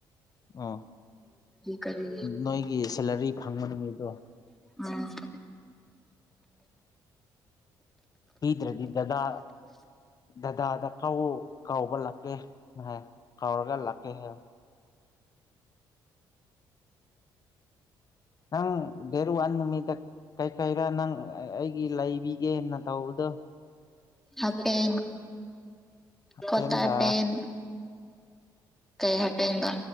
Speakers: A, on the left; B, in the centre.
A: ꯑꯣ
B: ꯀꯔꯤ
A: ꯅꯣꯏꯒꯤ ꯁꯦꯂꯔꯤ ꯐꯪꯕꯅꯤ ꯃꯤꯗꯣ
B: ꯎꯝ
A: ꯄꯤꯗ꯭ꯔꯗꯤ ꯗꯗꯥ ꯗꯗꯥꯗ ꯀ ꯀꯥꯎꯕ ꯂꯥꯛꯀꯦ ꯍꯥꯏ ꯀꯥꯔꯒꯥ ꯂꯥꯛꯀꯦꯍꯦ ꯍꯪ ꯗꯦꯔꯨ ꯋꯥ ꯅꯨꯃꯤꯗ ꯀꯩꯀꯩꯔꯥ ꯅꯪ ꯑꯩꯒꯤ ꯂꯩꯕꯤꯒꯦꯅ ꯇꯧꯕꯗꯣ
B: ꯍꯥꯞ ꯄꯦꯟ
A: ꯍꯥꯄꯦꯟꯒ
B: ꯀꯇꯥ ꯄꯦꯟ ꯀꯩ ꯍꯇꯦꯡꯒ